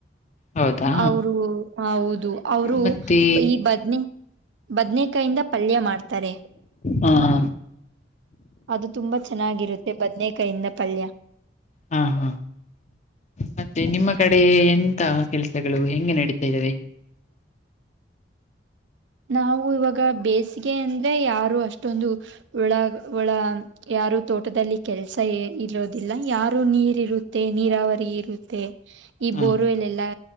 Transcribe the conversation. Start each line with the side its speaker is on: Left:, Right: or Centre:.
Left: ಹೌದಾ
Right: ಅವರು ಹೌದು ಅವರು
Left: ಮತ್ತೆ
Right: ಈ ಬದ್ನಿ ಬದ್ನೇಕಾಯಿಂದ ಪಲ್ಯ ಮಾಡ್ತಾರೆ.
Left: ಹಾ ಹಾ
Right: ಅದು ತುಂಬಾ ಚೆನ್ನಾಗಿರತ್ತೆ ಬದ್ನೇಕಾಯಿಂದ ಪಲ್ಯ.
Left: ಹಾ ಹಾ ಮತ್ತೆ ನಿಮ್ಮ ಕಡೆ ಎಂತ ಕೆಲಸಗಳು ಹೆಂಗೆ ನಡೀತಾ ಇದವೆ.
Right: ನಾವು ಇವಾಗ ಬೇಸಿಗೆ ಅಂದ್ರೆ ಯಾರು ಅಷ್ಟೊಂದು ಒಳಗ ಒಳ ಯಾರು ತೋಟದಲ್ಲಿ ಕೆಲಸ ಇರೋದಿಲ್ಲ ಯಾರು ನೀರಿರುತ್ತೆ ನೀರಾವರಿ ಇರುತ್ತೆ. ಈ
Left: ಹ
Right: ಬೋರ್ವೆಲ್ ಎಲ್ಲಾ